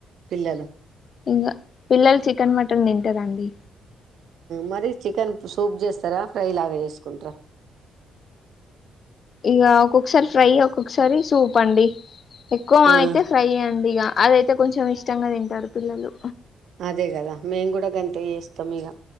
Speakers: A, on the right (about 65°); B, on the left (about 50°).
A: పిల్లలు
B: ఇంకా పిల్లలు చికెన్ మటన్ తింటారా అండి
A: మరి చికెన్ సూప్ చేస్తరా ఫ్రై లాగ చేసుకుంటార
B: ఇక ఒక్కొక్కసారి ఫ్రై ఒక్కొక్కసారి సూప్ అండి ఎక్కువ
A: మ్మ్
B: అయితే ఫ్రై అయ్యండి ఇక అదయితే కొంచెం ఇష్టంగా తింటారు పిల్లలు
A: అదే కదా మేయిన్ కూడ గంతె చేస్తాం ఇగ